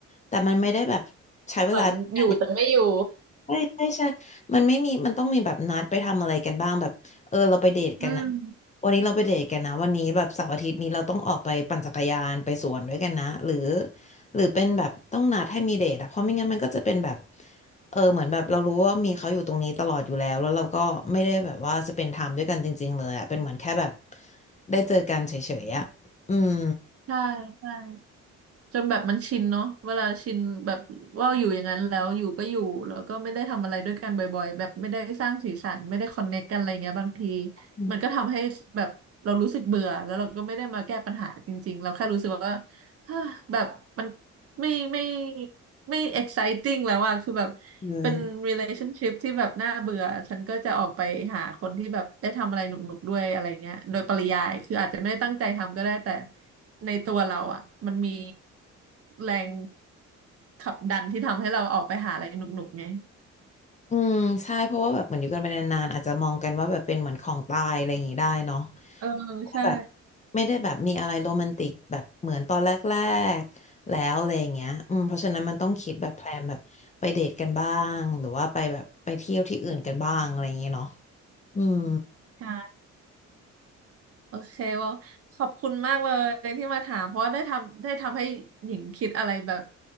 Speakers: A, on the left (about 25°); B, on the right (about 50°).
A: แต่มันไม่ได้แบบใช้เวลาด้วยกัน
B: เหมือนอยู่แต่ไม่อยู่
A: ใช่ใช่ใช่มันไม่มีมันต้องมีแบบนัดไปทำอะไรกันบ้างแบบเออเราไปเดทกันนะ
B: <laughs> อืม
A: วันนี้เราไปเดทกันนะวันนี้แบบเสาร์อาทิตย์นี้เราต้องออกไปปั่นจักรยานไปสวนด้วยกันนะหรือหรือเป็นแบบต้องนัดให้มีเดทอะเพราะไม่งั้นมันก็จะเป็นแบบเออเหมือนแบบเรารู้ว่ามีเขาอยู่ตรงนี้ตลอดอยู่แล้วแล้วเราก็ไม่ได้แบบว่าสเปนไทม์ด้วยกันจริงๆเลยอะเป็นเหมือนแค่แบบได้เจอกันเฉยๆอะอืม
B: ใช่ใช่ จนแบบมันชินเนาะเวลาชินแบบว่าอยู่อย่างนั้นแล้วอยู่ก็อยู่แล้วก็ไม่ได้ทำอะไรด้วยกันบ่อยๆแบบไม่ได้สร้างสีสันไม่ได้คอนเน c t กันอะไรเงี้ยบางที
A: อืม
B: มันก็ทำให้แบบเรารู้สึกเบื่อแล้วเราก็ไม่ได้มาแก้ปัญหาจริงๆเราแค่รู้สึกว่า <sighs> แบบมัน ไม่ไม่ไม่ exciting แล้วอะคือแบบ
A: ออ
B: เป็น relationship ที่แบบน่าเบื่อฉันก็จะออกไปหาคนที่แบบได้ทำอะไรหนุกๆด้วยอะไรเงี้ยโดยปริยาย คืออาจจะไม่ได้ตั้งใจทำก็ได้แต่ในตัวเราอะมันมีแรงขับดันที่ทำให้เราออกไปหาอะไรหนุกๆไง
A: อืมใช่เพราะว่าแบบเหมือนอยู่กันไปนานๆอาจจะมองกันว่าแบบเป็นเหมือนของตายอะไรอย่างงี้ได้เนาะ
B: <laughs> เออใช่
A: แบบไม่ได้แบบมีอะไรโรแมนติกแบบเหมือนตอนแรกๆแล้วอะไรอย่างเงี้ยอืมเพราะฉะนั้นมันต้องคิดแบบแพลนแบบไปเดทกันบ้าง หรือว่าไปแบบไปเที่ยวที่อื่นกันบ้างอะไรอย่างเงี้ยเนาะอืม
B: ใช่ โอเคว่าขอบคุณมากเลยที่มาถามเพราะว่าได้ทำได้ทำให้หญิงคิดอะไรแบบ